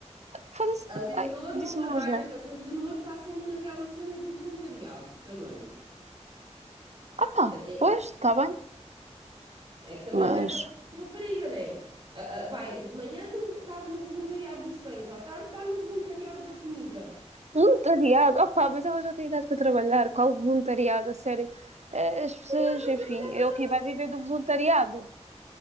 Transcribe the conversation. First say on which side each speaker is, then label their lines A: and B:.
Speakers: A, on the right (about 70°); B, on the right (about 50°).
A: Foda-se.
B: A Leonor
A: Ai, disse
B: não trabalha,
A: uma asneira.
B: mas a Leonor está sempre naquela cena do voluntariado também.
A: Ah pá,
B: Também
A: pois, está bem.
B: É que também
A: Mas.
B: não é fácil para rapariga, né? Ah, ah, vai, de manhã estava no voluntariado dos cães, à tarde está no voluntariado da comida.
A: Voluntariado. Ah pá, mas ela já tem idade para trabalhar. Qual voluntariado? A sério. Eh, As pessoas,
B: Sim, dá para
A: enfim,
B: trabalhar, mas
A: é o
B: ela
A: quê? Vai
B: não
A: viver do voluntariado.